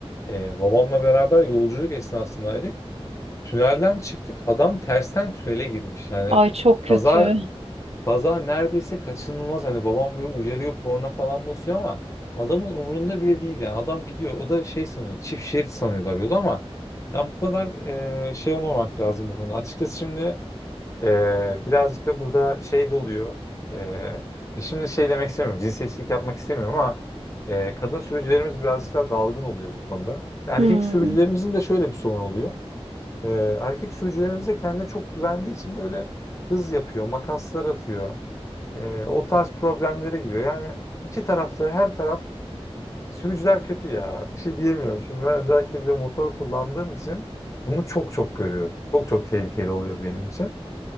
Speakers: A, on the left; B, on the right.
A: Ee, babamla beraber yolculuk esnasındaydık. Tünelden çıktık. Adam tersten tünele girmiş. Yani
B: Ay çok kötü.
A: kaza kaza neredeyse kaçınılmaz. Hani babam böyle uyarıyor, korna falan basıyor ama adamın umurunda bile değil yani. Adam gidiyor. O da şey sanıyor. Çift şerit sanıyorlar yolu ama yani bu kadar e, şey olmamak lazım bu konuda. Açıkçası şimdi ee, birazcık da burada şey de oluyor. Ee, şimdi şey demek istemiyorum. Cinsiyetçilik yapmak istemiyorum ama e, kadın sürücülerimiz birazcık daha dalgın oluyor bu konuda. Erkek
B: Hmm.
A: sürücülerimizin de şöyle bir sorun oluyor. Ee, erkek sürücülerimiz de kendine çok güvendiği için böyle hız yapıyor, makaslar atıyor. Ee, o tarz problemlere giriyor. Yani iki tarafta her taraf sürücüler kötü ya. Bir şey diyemiyorum. Şimdi ben özellikle bir de motor kullandığım için bunu çok çok görüyorum. Çok çok tehlikeli oluyor benim için.